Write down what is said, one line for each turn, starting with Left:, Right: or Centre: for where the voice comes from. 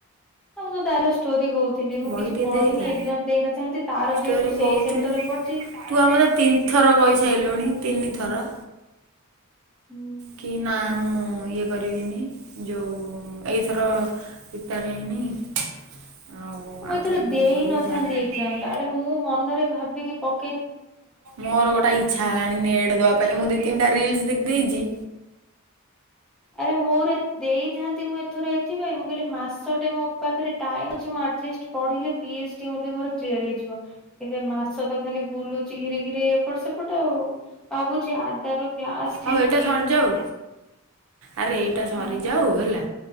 Centre: ଆଉ ମୁଁ ତ ତାର ଷ୍ଟୋରି କହୁଥିଲି ମୁଁ
Right: ବହି
Centre: କିଛି
Right: ଟିକେ
Centre: ପଢିନି
Right: ଦେଖେ।
Centre: ଏକ୍ଜାମ୍ ଦେଇ ନଥାନ୍ତି ତାର
Right: ଷ୍ଟୋରି
Centre: ଯେହେତୁ ସେଇ
Right: କହୁଥିଲୁ
Centre: ସେଣ୍ଟରରେ ପଡିଚି
Right: ତୁ ଆମର ତିନିଥର କହିସାରିଲୁଣି ତିନି ଥର।
Centre: ହୁଁ!
Right: କି ନା ମୁଁ ଇଏ କରିବିନି ଯୋଉ ଏଇଥର ପ୍ରିପାର ହେଇନି। ଆଉ
Centre: ମୁଁ
Right: ଆଉଥରକୁ
Centre: ଏଥିର ଦେଇନଥାନ୍ତି
Right: ଇଏ କରିବି ଯାହା ବି ହେଲେ।
Centre: ଏକ୍ଜାମ୍ଟା ଆରେ ମୁଁ ମନରେ ଭାବିକି ପକ୍
Right: ମୋର ଗୋଟେ ଇଚ୍ଛା ହେଲାଣି ନେଡେ ଦବା ପାଇଁ ମୁଁ ଦି ତିନିଟା ରିଲିସ୍ ଦେଖି ଦେଇଚି।
Centre: ଆରେ ମୋର ଦେଇଥାନ୍ତି ମୁଁ ଏଥର ଏଥିପାଇଁ ମୁଁ କହିଲି ମାସ୍ ମାସଟେ ମୋ ପାଖରେ ଟାଇମ୍ ଅଛି। ମୁଁ ଆଟ୍ଲିଷ୍ଟ୍ ପଢ଼ିଲେ ପି ଏଚ୍ ଡି ଓନ୍ଲି ମୋର କ୍ଲିୟର୍ ହେଇଯିବ। ଏବେ ମାସ ତ ଖାଲି ବୁଲୁଛି ଘିରି ଘିରି ଏପଟ ସେପଟ ଆଉ। ଭାବୁଛି ଆଡାର କ୍ଲାସ କିଣିବି
Right: ହଉ ଏଇଟା ସରିଯାଉ। ଆରେ ଏଇଟା ସରିଯାଉ
Centre: ହଁ।
Right: ହେଲା।